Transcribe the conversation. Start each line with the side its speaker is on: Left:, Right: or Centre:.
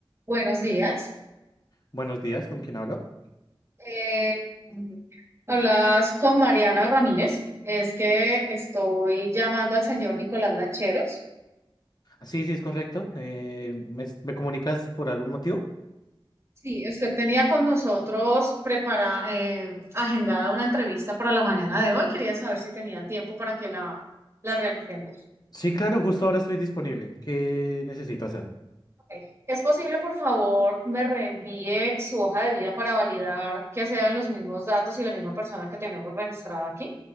Right: Buenos días.
Left: Buenos días, ¿con quién hablo?
Right: Eh, hablas con Mariana Ramírez. Es que estoy llamando al señor Nicolás Lancheros.
Left: Ah, sí, sí, es correcto. Eh, ¿me, me comunicas por algún motivo?
Right: Sí, usted tenía con nosotros prepara, eh, agendada una entrevista para la mañana de hoy. Quería saber si tenía tiempo para que la, la realicemos.
Left: Sí, claro, justo ahora estoy disponible. ¿Qué necesito hacer?
Right: Ok. ¿Es posible, por favor, me reenvíe su hoja de vida para validar que sean los mismos datos y la misma persona que tenemos registrada aquí?